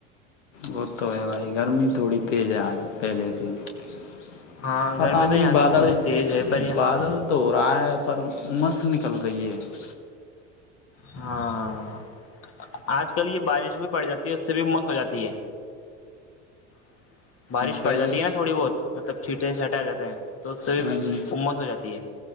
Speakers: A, on the left; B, on the left.
A: وہ تو ہے بھائی گرمی تھوڑی تیز ہے آج پہلے سے <unintelligible>
B: ہاں
A: پتہ
B: گرمی تو
A: نہیں
B: یہاں بھی
A: بادل
B: تھوڑی تیز ہے پر یہاں
A: بادل تو ہو رہا ہے <unintelligible> پر امس نکل رہی ہے <unintelligible>
B: ہاں آج کل یہ بارش بھی پڑ جاتی ہے اس سے بھی مس ہو جاتی ہے <unintelligible> بارش پڑ
A: پہلے
B: جاتی ناوڑی بہت مطلب چھیٹ <unintelligible> سے ہٹیا جاتا ہیں <inaudible>
A: ہاں جی
B: امس ہو جاتی ہے